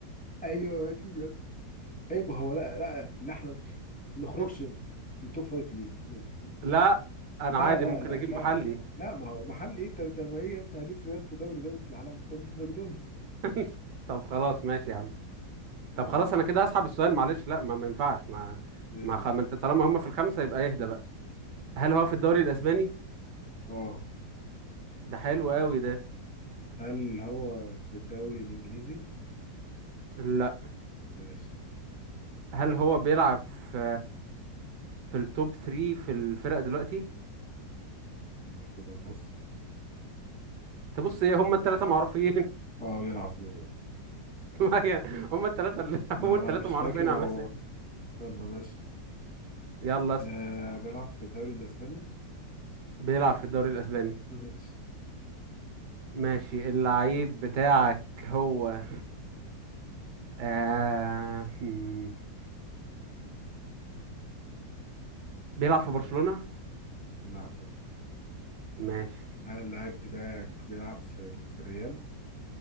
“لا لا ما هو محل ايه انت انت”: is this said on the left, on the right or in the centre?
Centre